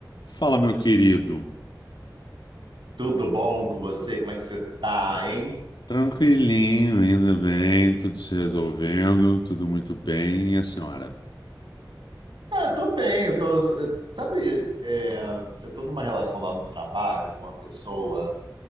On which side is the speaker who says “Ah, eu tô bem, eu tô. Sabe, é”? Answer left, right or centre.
Right